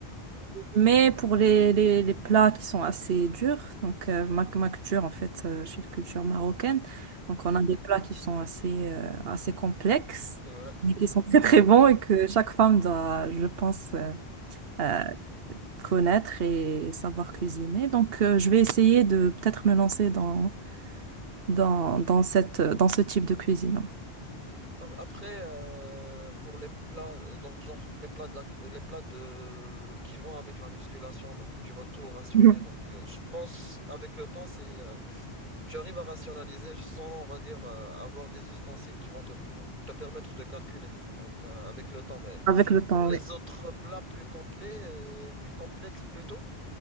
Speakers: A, on the right (about 50°); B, on the right (about 65°).
A: ouais.
B: Mais pour les, les, les plats qui sont assez durs, donc euh, ma, ma culture en fait, euh, je suis de culture marocaine, donc
A: mhm,
B: on a des plats qui sont assez euh, assez complexes,
A: ouais.
B: mais qui sont très très bons et que chaque femme doit, je pense, euh, euh, connaître et savoir cuisiner. Donc euh, je vais essayer de peut-être me lancer dans dans dans cette dans ce type de cuisine.
A: Alors, Après, euh, pour les plats, euh, donc genre les plats de la, euh, les plats de qui vont avec la musculation, donc où tu vas tout rationner.
B: Mhm.
A: Donc, euh, je pense avec le temps, c'est euh, Tu arrives à rationaliser sans, on va dire, euh, avoir des ustensiles qui vont te, pour- te permettre de calculer. Donc, euh, avec le temps. Mais
B: Avec le temps,
A: pour les
B: oui.
A: autres plats plus complets, euh, plus complexes plutôt,